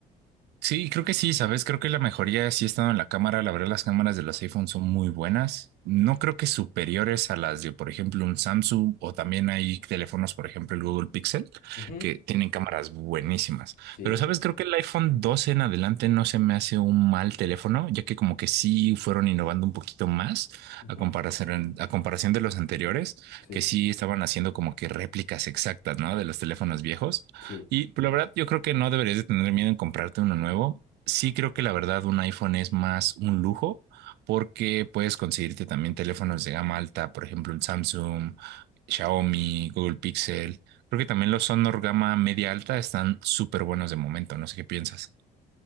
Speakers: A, on the right (about 80°); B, on the left (about 60°).
A: Sí, creo que sí, ¿sabes? Creo que la mejoría sí ha estado en la cámara. La verdad, las cámaras de los iPhone son muy buenas. No creo que superiores a las de, por ejemplo, un Samsung o también hay teléfonos, por ejemplo, el Google Pixel,
B: Sí,
A: que tienen cámaras buenísimas.
B: sí,
A: Pero,
B: sí.
A: ¿sabes? Creo que el iPhone 12 en adelante no se me hace un mal teléfono, ya que como que sí fueron innovando un poquito más
B: Ujú,
A: a comparación, a comparación de los anteriores,
B: Sí,
A: que sí estaban haciendo como que réplicas exactas, ¿no? De los teléfonos viejos.
B: sí.
A: Y pero la verdad, yo creo que no deberías de tener miedo en comprarte uno nuevo. Sí creo que la verdad un iPhone es más un lujo porque puedes conseguirte también teléfonos de gama alta, por ejemplo, un Samsung, Xiaomi, Google Pixel. Creo que también los Honor gama media alta están súper buenos de momento. No sé qué piensas.